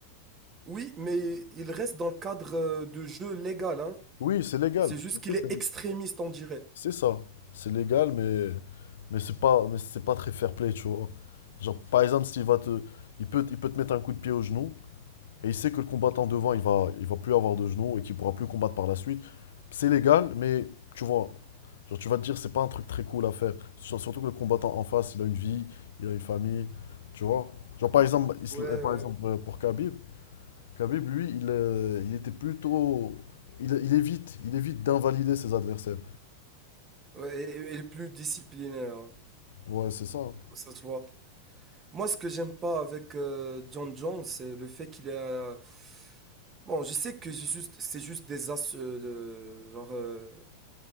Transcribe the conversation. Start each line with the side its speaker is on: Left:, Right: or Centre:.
Right: Oui, mais il reste dans le cadre euh, de jeu légal, hein.
Left: Oui, c'est légal.
Right: C'est juste qu'il
Left: C'est
Right: est
Left: ça.
Right: extrémiste, on dirait.
Left: C'est ça. C'est légal, mais, mais c'est pas, mais c'est pas très fair play, tu vois. Genre, par exemple, s'il va te, il peut, il peut te mettre un coup de pied au genou, et il sait que le combattant devant, il va, il va plus avoir de genou et qu'il pourra plus combattre par la suite. C'est légal, mais tu vois, genre, tu vas te dire, c'est pas un truc très cool à faire. Sur- Surtout que le combattant en face, il a une vie, il a une famille, tu vois. Genre, par exemple, Isla-
Right: Ouais,
Left: par
Right: ouais.
Left: exemple, euh, pour Khabib, Khabib, lui, il, euh, il était plutôt. Il, il évite, il évite d'invalider ses adversaires.
Right: Ouais, et, et- et il est plus disciplinaire, hein.
Left: Ouais, c'est ça. hein.
Right: Ça se voit. Moi, ce que j'aime pas avec euh, John Jones, c'est le fait qu'il est... euh, Bon, je sais que c'est juste, c'est juste des as euh, de genre euh,